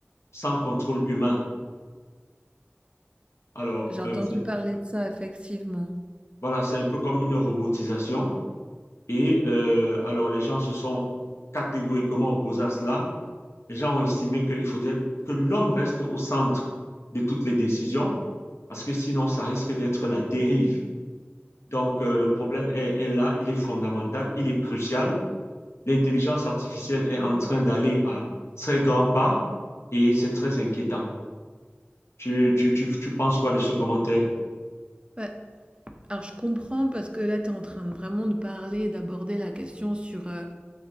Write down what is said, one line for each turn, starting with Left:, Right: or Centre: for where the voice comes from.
Left: sans contrôle humain. Alors,
Right: J'ai
Left: euh,
Right: entendu
Left: c'est
Right: parler de ça, effectivement.
Left: Voilà, c'est un peu comme une robotisation. Et euh, alors, les gens se sont catégoriquement opposés à cela. Les gens ont estimé qu'il faudrait que l'homme reste au centre de toutes les décisions, parce que sinon, ça risque d'être la dérive. Donc, euh, le problème est, est là, il est fondamental, il est crucial. L'intelligence artificielle est en train d'aller à très grands pas et c'est très inquiétant. Tu, tu, tu, tu penses quoi de ce commentaire?
Right: Ouais. Alors, je comprends parce que là, tu es en train de vraiment de parler, d'aborder la question sur euh,